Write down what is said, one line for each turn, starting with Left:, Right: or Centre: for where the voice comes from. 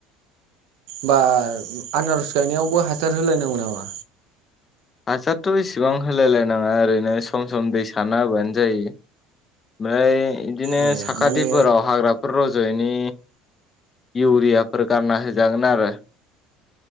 Right: बा आनारस गायनायावबो हासार होलायनांगौ नामा?
Left: हासारथ' इसेबां होलायलायनाङा ओरैनो सम सम दै साना होबानो जायो। ओमफ्राय बिदिनो
Right: अ
Left: साखाथिफोराव
Right: माने
Left: हाग्राफोराव रज यैनि इउरियाफोर गारना होजागोन आरो।